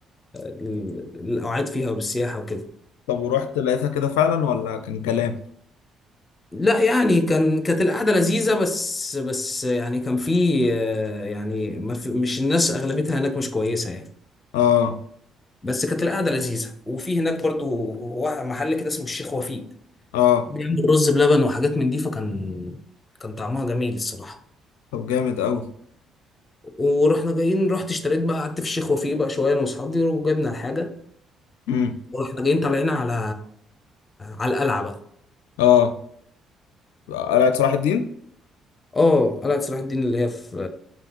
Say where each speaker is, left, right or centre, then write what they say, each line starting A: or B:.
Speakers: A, on the left (about 30°); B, on the left (about 75°).
A: لل- للاوعاد فيها وللسياحه وكده
B: طب ورحت لقيتها كده فعلا ولا كان كلام
A: لا يعني كان كانت القعده لذيذه بس بس يعني كان في آه، يعني ما في مش الناس اغلبيتها هناك مش كويسه يعني
B: اه
A: بس كانت القعده لذيذه وفي هناك برضو وا- محل كده اسمه الشيخ وفيق
B: اه
A: بيعمل رز بلبن وحاجات من دي فكان كان طعمها جميل الصراحه
B: طب جامد قوي
A: ورحنا جايين رحت اشتريت بقى قعدت في الشيخ وفيق بقى شويه انا واصحابي وجبنا الحاجه
B: امم
A: واحنا جايين طالعين على على القلعه بقى
B: اه قلعة صلاح الدين
A: اه قلعه صلاح الدين اللي هي في